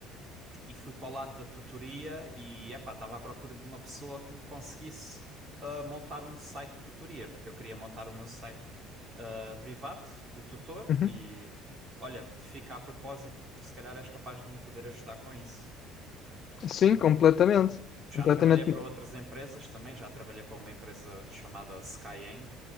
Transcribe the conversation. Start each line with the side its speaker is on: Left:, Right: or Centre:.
Right: e fui para o lado da tutoria e epá, estava à procura de uma pessoa que me conseguisse ah, montar um site de tutoria, porque eu queria montar o meu site ah, privado de tutor
Left: Uhum.
Right: e olha, fica a propósito porque tu se calhar és capaz de me poder ajudar com isso.
Left: Sim, completamente.
Right: Já
Left: Completamente.
Right: trabalhei para outras empresas também, já trabalhei para uma empresa chamada Skyeng.